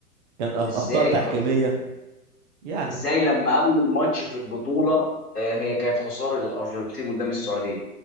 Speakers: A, on the right; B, on the left.
A: كان أخ-
B: ازاي
A: أخطاء تحكيمية
B: طيب
A: يعني
B: ازاي لما اول ماتش في البطوله آه، هي كانت خساره للارجنتين قدام السعوديه